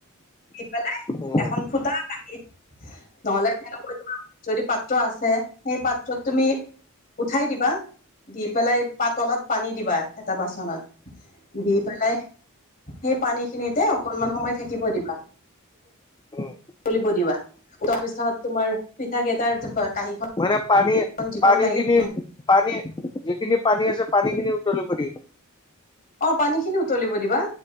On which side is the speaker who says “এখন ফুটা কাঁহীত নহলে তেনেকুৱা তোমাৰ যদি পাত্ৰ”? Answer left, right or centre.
Left